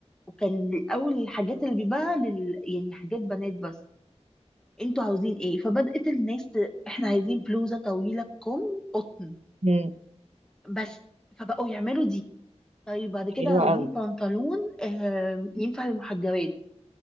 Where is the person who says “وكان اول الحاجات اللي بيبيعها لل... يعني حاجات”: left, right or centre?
Centre